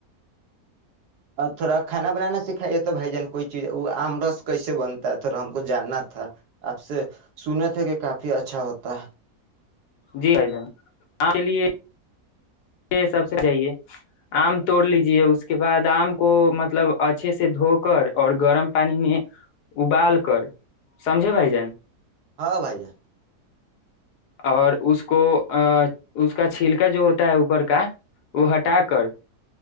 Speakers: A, on the right (about 80°); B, on the left (about 80°).
A: اور تھوڑا کھانا بنانا سکھائیے تو بھائی جان کوئی چیز وہ آم رس کیسے بنتا ہے تھڑا ہم کو جاننا تھا آپ سے سنے تھے کہ کافی اچھا ہوتا
B: جی بھائی جان آ کے لیے سب سے چاہیے آم توڑ لیجے اس کے بعد آم کو مطلب اچھے سے دھو کر اور گرم پانی میں ابال کر سمجھے بھائی جان
A: ہاں بھائی جان
B: اور اس کو اس کا چھلکا جو ہوتا ہے اوپر کا وہ ہٹا کر